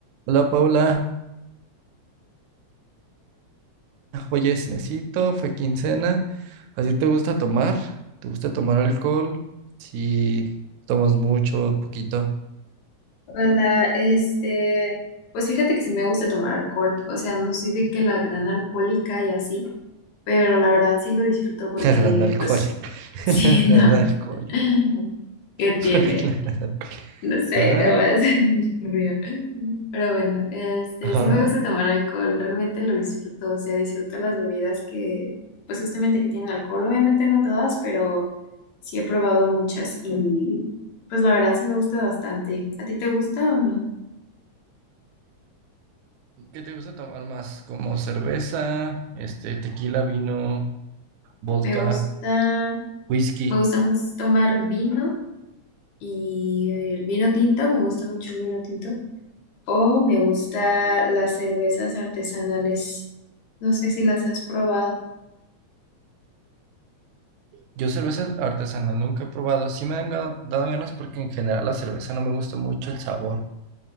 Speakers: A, on the right; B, on the left.
A: Hola Paula, oye, necesito, fue quincena, ¿así te gusta tomar? ¿Te gusta tomar alcohol? Si tomas mucho, poquito,
B: Hola, este, pues fíjate que sí me gusta tomar alcohol, o sea, no soy de que la gran alcohólica y así, pero la verdad sí lo disfruto porque,
A: <laughs> la gran alcohólica,
B: pues,
A: <laughs>
B: sí,
A: la gran
B: no,
A: alcohólica,
B: <laughs> ¿qué tiene?
A: <laughs> porque la gran alcohólica.
B: No sé,
A: Ajá,
B: no más, <laughs> río. pero bueno, este,
A: ajá.
B: sí me gusta tomar alcohol, realmente lo disfruto, o sea, disfruto las bebidas que, pues justamente que tienen alcohol, obviamente no todas, pero sí he probado muchas y, pues la verdad sí me gusta bastante. ¿A ti te gusta o no?
A: ¿Qué te gusta tomar más? Como cerveza, este, tequila, vino, vodka,
B: Me gusta,
A: whisky.
B: me gusta más tomar vino y el vino tinto, me gusta mucho el vino tinto. O me gusta las cervezas artesanales. No sé si las has probado.
A: Yo cerveza artesanal nunca he probado, sí me han ga- dado ganas porque en general la cerveza no me gusta mucho el sabor.